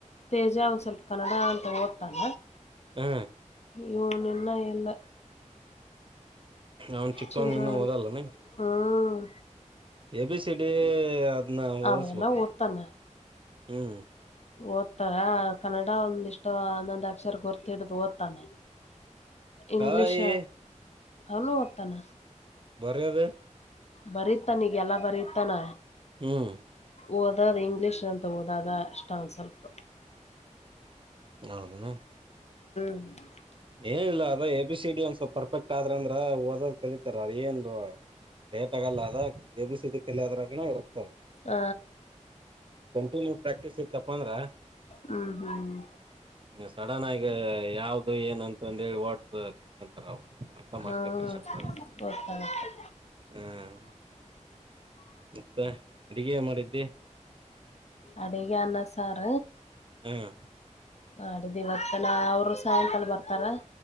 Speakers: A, on the left (about 60°); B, on the right (about 40°).
A: ತೇಜ ಒಂದ್ ಸ್ವಲ್ಪ ಕನ್ನಡ ಅಂತ ಓದತಾನ.
B: ಹ
A: ಇವ್ನು ಇನ್ನ ಇಲ್ಲ
B: ಅವನ್ ಚಿಕ್ಕನ್
A: ಚೂರು
B: ಇನ್ನು
A: ಒಂದು
B: ಓದಲ್ಲ ಏನು
A: ಹ್ಮ್
B: ಎ ಬಿ ಸಿ ಡಿ ಅದನ್ನ ಹೊದಸ್ಬೇಕ.
A: ಅವೆಲ್ಲ ಓದ್ತಾನ
B: ಹ್ಮ್.
A: ಓದ್ತಾರ ಕನ್ನಡ ಒಂದಿಷ್ಟ ಒಂದೊಂದ್ ಅಕ್ಷರ ಗೊರ್ತಿಡ್ದು ಓದ್ತಾನ-. ಇಂಗ್ಲೀಷ.
B: ಹಾಯಿ
A: ಅಲಒತಾನ
B: ಬರೆಯದ
A: ಬರೀತಾನ ಈಗಲ್ಲಾ ಬರತ್ತಾನ.
B: ಹ್ಮ್
A: ಓದದ ಇಂಗ್ಲೀಷ್ ಅಂತ ಓದದ ಇಷ್ಟ ಒಂದು ಸ್ವಲ್ಪ
B: ಹೌಧೇನ
A: <inaudible>
B: ಏನಿಲ್ಲ ಅದ ಎ ಬಿ ಸಿ ಡಿ ಒಂದ್ ಸ್ವಲ್ ಪರ್ಫೆಕ್ಟ್ ಆದ್ರ ಅಂದ್ರ ಓದದ್ ಕಲಿತಾರ ಏನು ಡೇಟ್ ಆಗಲ್ಲ ಅದ ಎ ಬಿ ಸಿ ಡಿ ಕಲಿಯದ್ರಾಗ ಇರ್ತವು
A: ಹ
B: ಕಂಟಿನ್ಯೂ ಪ್ರಾಕ್ಟಿಸ್ ತಪ್ಪಂದ್ರ
A: ಹ್ಮ್ ಹ್ಮ್
B: ಸಡನ್ ಆಗ ಯಾವ್ದ <unintelligible> ಇದು ಏನಂತ ಅಂದೇಳಿ ವಾಟ್ಸ ಅಂತರ ಅವನು ಅಪ ಮಾಡ್ಕೊಂತಾರೆ
A: ಹಾ
B: ಶಬ್ದ
A: ಗೊತ್ತಾಗತ್ತೆ
B: ಹ್ಮ ಮತ್ತೆ ಅಡಿಗೆ ಏನ್ ಮಾಡಿದ್ದಿ.
A: ಅಡಿಗೆನ್ನ ಸಾರ
B: ಹ್ಮ್
A: ಮಾಡಡಿದ್ದು ಇವತ್ತ ನ ಅವರು ಸಾಯಂಕಾಲ ಬರ್ತಾರ